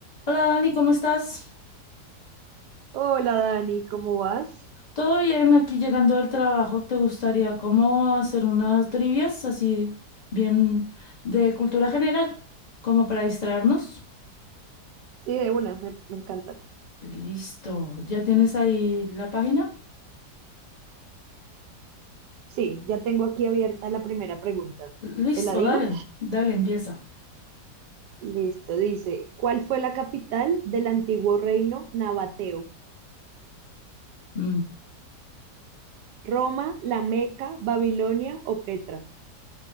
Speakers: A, on the left; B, on the right.
A: Hola Dani, ¿cómo estás?
B: Hola Dani, ¿cómo vas?
A: ¿Todo bien? Aquí llegando del trabajo, ¿te gustaría cómo hacer unas trivias así bien de cultura general, como para distraernos?
B: Sí, de una, me, me encanta.
A: Listo, ¿ya tienes ahí la página?
B: Sí, ya tengo aquí abierta la primera pregunta.
A: L- Listo,
B: ¿Te la digo?
A: dale, dale, empieza.
B: Listo, dice, ¿cuál fue la capital del antiguo reino nabateo?
A: Mm.
B: ¿Roma, La Meca, Babilonia o Petra?